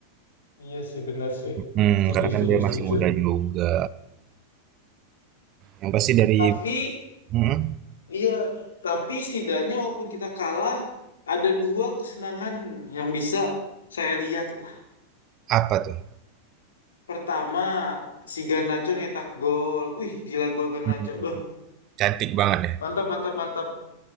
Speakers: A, on the left (about 65°); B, on the right (about 35°).
A: Iya sih, benar sih.
B: Hmm,
A: Setuju,
B: karena
A: setuju,
B: kan dia
A: setuju.
B: masih muda juga. Yang pasti dari
A: Tapi
B: hmm,
A: Iya, tapi setidaknya walaupun kita kalah, ada dua kesenangan yang bisa saya lihat lah.
B: apa tuh?
A: Pertama, si Garnacho nyetak gol. Wih, gila gol Garnacho.
B: Hmm,
A: Beuh,
B: cantik banget ya.
A: mantap, mantap, mantap.